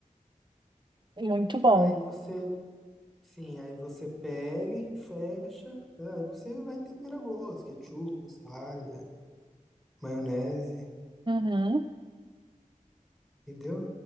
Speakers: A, on the right; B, in the centre.
A: Muito bom.
B: Aí você Sim, aí você pega e fecha, né? Aí você vai tempera a gosto, ketchup, mostarda, maionese,
A: Uhum.
B: entendeu?